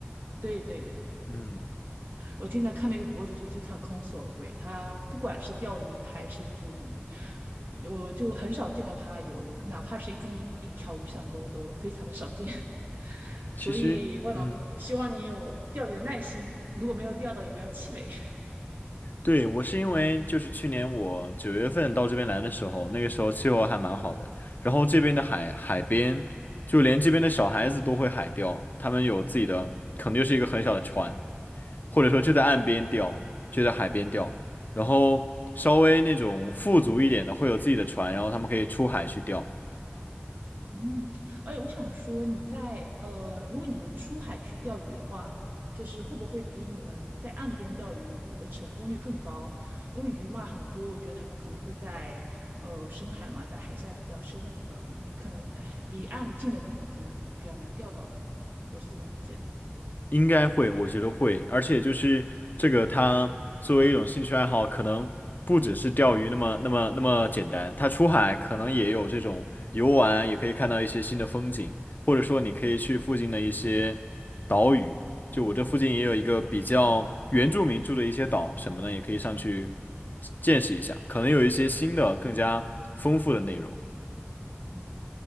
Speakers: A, on the right; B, on the left.
A: 对对对，
B: 嗯，
A: 我经常看那个博主就经常空手而归，他不管是钓鱼还是捕鱼，我就很少见过他有哪怕是一根一条鱼上钩都非常的少见。<laughs>
B: 其实，
A: 所以，万了，
B: 嗯，
A: 希望你有钓鱼的耐心，如果没有钓到也不要气馁。
B: 对，我是因为就是去年我九月份到这边来的时候，那个时候气候还蛮好的，然后这边的海海边，就连这边的小孩子都会海钓，他们有自己的，可能就是一个很小的船，或者说就在岸边钓，就在海边钓，然后稍微那种富足一点的会有自己的船，然后他们可以出海去钓。
A: 嗯，哎，我想说，你在呃，如果你们出海去钓鱼的话，就是会不会比你们在岸边钓鱼的成功率更高？因为鱼嘛很多，我觉得他们可能会在呃深海嘛，在海下比较深的地方，你可能离岸近的地方可能比较难钓到，我是这么理解的。
B: 应该会，我觉得会，而且就是这个，它作为一种兴趣爱好，可能不只是钓鱼那么那么那么简单，它出海可能也有这种游玩，也可以看到一些新的风景，或者说你可以去附近的一些岛屿，就我这附近也有一个比较原住民住的一些岛什么的，也可以上去见识一下，可能有一些新的更加丰富的内容。
A: 嗯。